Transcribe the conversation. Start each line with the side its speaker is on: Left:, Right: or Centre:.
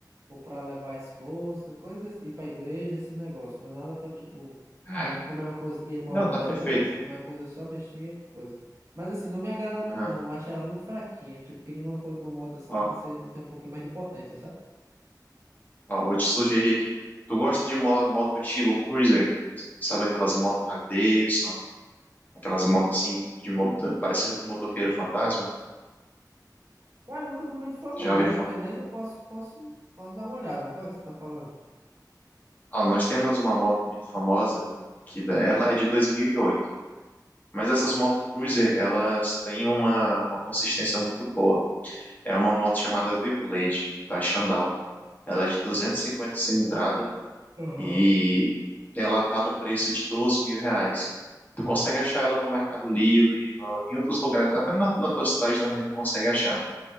Right: ou pra levar a esposa, coisas, ir pra igreja, esses negócios. Não é nada pra tipo,
Left: Ah,
Right: como é uma coisa. E ele mora
Left: não,
Right: no
Left: tá
Right: interior,
Left: perfeito.
Right: como é uma coisa só bestinha, e coisa. Mas assim, não me agrada muito,
Left: Aham.
Right: não. Eu acho ela muito fraquinha. Tipo, queria uma, coi- uma moto assim
Left: Ó,
Right: que você tem um pouquinho mais de potência, sabe?
Left: ó, vou te sugerir aqui. Tu gosta de mo- moto estilo cruiser? Sabe aquelas motos Harley Davidson? Aquelas motos assim, de moto, parecido com o motoqueiro fantasma.
Right: Cara, eu nunca fui muito fã, não,
Left: Já
Right: mas
Left: ouvi falar.
Right: dependendo, eu posso, posso, posso dar uma olhada. Qual é que você tá falando?
Left: Ah, nós temos uma moto muito famosa, que da- ela é de 2008. Mas essas moto cruiser, elas têm uma, uma consistência muito boa. É uma moto chamada V-Blade, da Shandong. Ela é de 250 cilindrada
Right: Aham.
Left: e ela tá no preço de 12 mil reais. Tu consegue achar ela no Mercado Livre, no- em outros lugares, até na, na tua cidade também tu consegue achar.